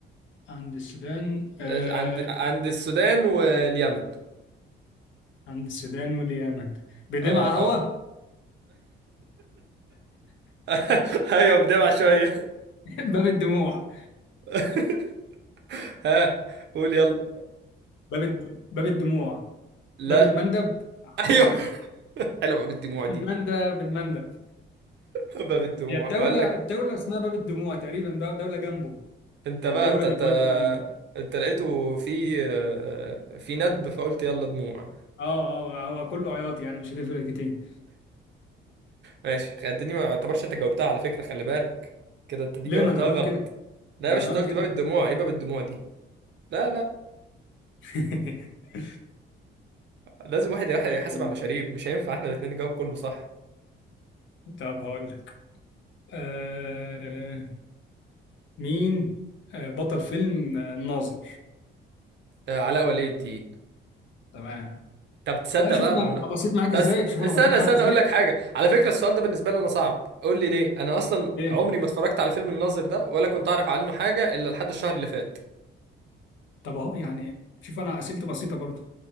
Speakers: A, on the left; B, on the right.
A: عند السودان أه
B: آه، عند عند السودان واليمن
A: عند السودان واليمن بدمعة
B: اه
A: هو
B: اه <laughs> ايوه بدمع شويه
A: <laughs> باب الدموع
B: <laughs> ها قول يلا
A: باب الد... باب الدموع
B: لا
A: باب المندب
B: ايوه
A: شبه كده
B: <laughs> حلوه بقى بالدموع
A: <laughs>
B: دي
A: المندب المندب
B: باب الدموع
A: هي الدولة
B: وقال لك
A: الدولة اسمها باب الدموع تقريبا ده دولة جنبه
B: انت
A: أو
B: بقى
A: دولة
B: انت انت,
A: بتودي ليه.
B: انت لقيته في في ندب فقلت يلا دموع
A: اه اه هو كله عياط يعني مش هتفرق كتير
B: ماشي خدتني ما اعتبرش انت جاوبتها على فكرة خلي بالك كده انت دي
A: لينا
B: جاوبتها
A: تمام
B: غلط
A: كده
B: لا
A: انا
B: يا باشا
A: تمام
B: انت قلت
A: كده
B: باب الدموع ايه باب الدموع دي لا لا
A: <laughs>
B: لازم واحد يح- يحاسب
A: طيب،
B: على المشاريب مش هينفع احنا الاتنين نجاوب كله صح
A: طب هقول لك آه مين آه بطل فيلم آه، الناظر
B: آه، علاء ولي الدين
A: تمام
B: طب تصدق
A: آه شوف
B: بقى
A: انا
B: بمنا...
A: أنا بسيط معاك
B: بس
A: ازاي
B: استنى
A: شوف انا بسيط
B: استنى
A: معاك ازاي
B: اقول لك حاجه على فكره السؤال ده بالنسبه لي انا صعب قول لي ليه انا اصلا
A: ليه
B: عمري ما اتفرجت على فيلم الناظر ده ولا كنت اعرف عنه حاجه الا لحد الشهر اللي فات
A: طب اهو يعني شوف انا اسئلتي بسيطه برضه